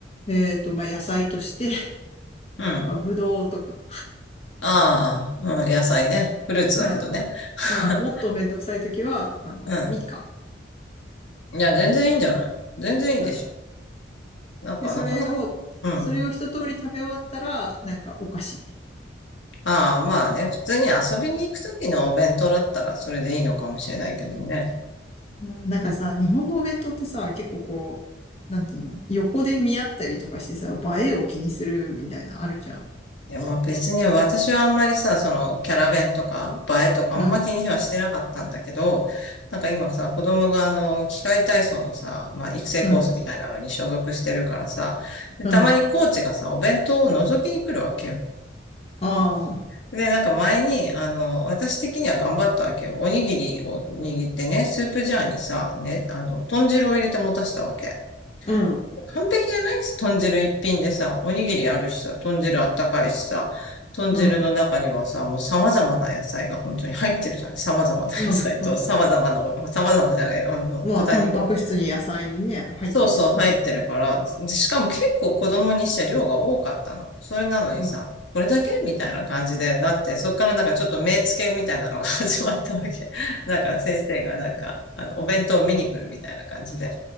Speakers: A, on the left; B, on the left.
A: えっと、まあ野菜として、
B: うん。
A: まあぶどうとか、
B: ああ、うん。野菜ね。フルーツだけどね。
A: うん、
B: <laughs>
A: まあもっとめんどくさいときは、あの、
B: う
A: みかん。
B: ん。いや、全然いいんじゃない全然いいでしょ。
A: うん。
B: なんか、
A: で、それを、
B: なかなか、うん。
A: それを一通り食べ終わったら、なんかお菓子。
B: ああ、まあね、普通に遊びに行くときのお弁当だったらそれでいいのかもしれないけどね。
A: うんなんかさ、日本のお弁当ってさ、結構こう、なんていうの、横で見合ったりとかしてさ、映えを気にするみたいなあるじゃん。
B: いや、まあ別に私はあんまりさ、そのキャラ弁とか映えとかあんま気にはしてなかったんだけど、
A: うん、
B: なんか今さ、子供があの、器械体操のさ、まあ育成コースみたいなのに所属してるからさ、
A: うん、
B: でたまにコーチがさ、
A: うん。
B: お弁当を覗きに来るわけよ。
A: ああ、
B: で、なんか前に、あの、私的には頑張ったわけよ。おにぎりを握ってね、スープジャーにさ、ね、あの、豚汁を入れて持たせたわけ。
A: うん、
B: もう完璧じゃない豚汁一品でさ、おにぎりあるしさ、豚汁あったかいしさ、豚汁の中にはさ、
A: うん、
B: もう様々な野菜が本当に入ってるじゃない。様々な野菜と、
A: うん、うん。
B: 様々なお、様々じゃない、あの、
A: まあ、
B: 豚肉も
A: タンパク質に野菜にね、入ってるしね。
B: そうそう、入ってるから。でしかも結構子供にして量が多かったの。それなのにさ、
A: うん。
B: これだけみたいな感じで、だってそっからなんかちょっと目つけみたいなのが <laughs> 始まったわけ。<laughs> なんか先生がなんか、あの、お弁当を見に来るみたいな感じで、